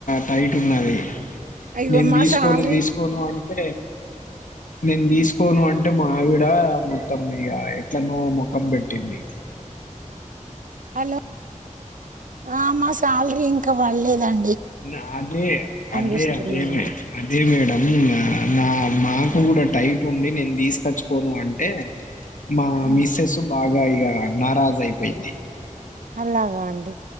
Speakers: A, on the left; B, on the right.
A: టైట్ ఉన్నది
B: అయ్యో
A: నేన్
B: మా
A: తీస్కోను
B: సాలరీ
A: తీస్కోను అంటే నేన్ తీస్కోను అంటే మావిడా మొత్తం ఇగ ఎట్లనో మోఖం బెట్టింది
B: హలో ఆ మా సాల్రీ ఇంక పడలేదం
A: నాకే అదే
B: చూస్తున్నామండి
A: అదే అదే అదే మేడంఅ నా మాకు గుడా టైట్ ఉండి నేన్ తీస్కచ్చుకోను అంటే మా
B: ఉమ్,
A: మిస్సెస్ బాగ్ గా ఇగ నారాజైపోయింది
B: అలాగా అండి